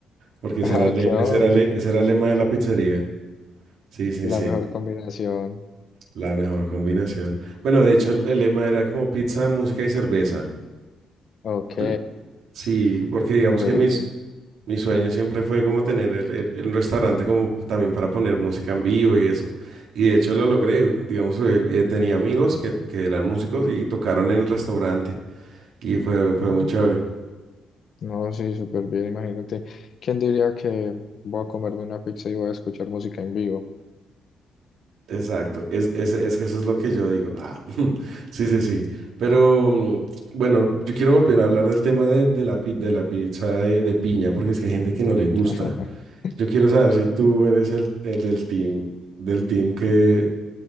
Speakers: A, on the left; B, on the right.
A: <laughs>
B: Porque ese
A: Ah,
B: era el,
A: Ok,
B: le-
A: oh,
B: ese era el le- ese era el lema de la pizzería. Sí, sí,
A: la
B: sí.
A: mejor combinación.
B: La mejor combinación. Bueno, de hecho, el, el lema era como pizza, música y cerveza.
A: Ok,
B: Por- Sí, porque digamos
A: súper
B: que mis,
A: bien.
B: mi sueño siempre fue como tener el, el- el- un restaurante como también para poner música en vivo y eso. Y de hecho lo logré. Digamos, eh, eh, tenía amigos que, que eran músicos y tocaron en el restaurante. Y fue, fue
A: Mm,
B: muy chévere.
A: No, sí, súper bien. Imagínate, ¿quién diría que voy a comerme una pizza y voy a escuchar música en vivo?
B: Exacto, es, es, es que eso es lo que yo digo. Ah, <laughs> sí, sí, sí. Pero mm, bueno, yo quiero volver a hablar del tema de, de la, pi- de la pizza de, de piña, porque es que hay gente que no le gusta.
A: <laughs>
B: Yo quiero saber si tú eres el, el del team, del team que